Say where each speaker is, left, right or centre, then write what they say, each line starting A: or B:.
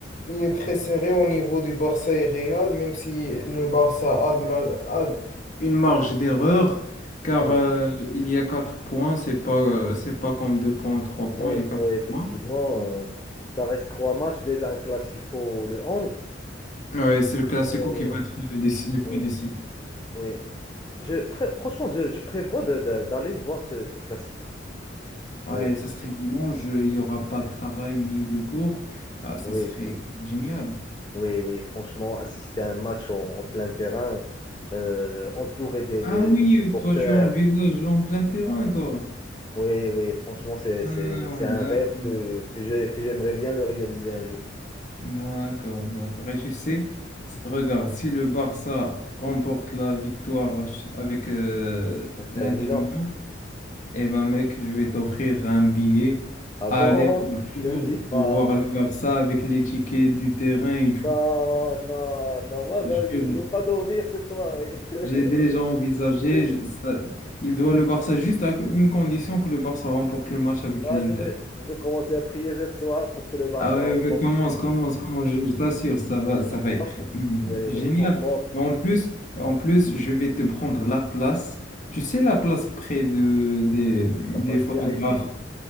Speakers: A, on the left (about 40°); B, on the left (about 20°).
A: il est très serré au niveau du Barça et Real, même si le Barça a, de la, a de- une marge d'erreur, car
B: Oui,
A: euh, il y a 4 points, c'est pas, euh, c'est pas comme 2 points, 3 points,
B: oui,
A: il y a quatre
B: oui, effectivement.
A: points.
B: euh, ça reste trois matchs dès un classico le onze
A: Ouais, c'est le Classico
B: Euh,
A: qui va être le, déci- le plus
B: oui,
A: décisif.
B: oui. Je, fr- franchement, je, je prévois de- de- d'aller voir ce, ce classico.
A: Ouais,
B: Euh,
A: ça serait dimanche, il n'y aura pas de travail ni de cours. Ah, ça
B: oui,
A: serait génial.
B: oui, oui, franchement, assister à un match en, en plein terrain, euh, entouré des,
A: Ah
B: des-
A: oui,
B: des supporters.
A: toi tu envisages en plein terrain, toi.
B: Oui, oui, franchement, c'est,
A: Ah,
B: c'est- c'est un
A: d'accord.
B: rêve que, que j'ai- que j'aimerais bien le réaliser un jour.
A: D'accord, d'accord. Et tu sais,
B: Ouais.
A: s- regarde, si le Barça remporte la victoire ch- avec euh,
B: Inter
A: l'Inter
B: Milan.
A: Milan, eh ben mec, je vais t'offrir un billet
B: Ah
A: aller-retour
B: bon? Ne me dis pas.
A: pour voir le Barça avec les tickets du terrain et tout.
B: Non, non, non, moi, ben,
A: Je-
B: je ne vais pas dormir cette soirée. <laughs>
A: J'ai déjà envisagé,
B: Je vais,
A: je- ça- il doit le Barça juste à une condition que le Barça remporte le match avec
B: ah,
A: l'Inter.
B: je vais, je vais commencer à prier cette soir pour que le Barça
A: Ah ouais,
B: remporte.
A: ouais, commence, commence, commence, je, je t'assure, ça va, ça va être
B: Ah, fran-
A: hum,
B: ouais,
A: génial.
B: ouais, franchement,
A: Et en plus, en plus, je vais te prendre la place. Tu sais, la place près de, des, des
B: ça passe
A: photographes.
B: VIP.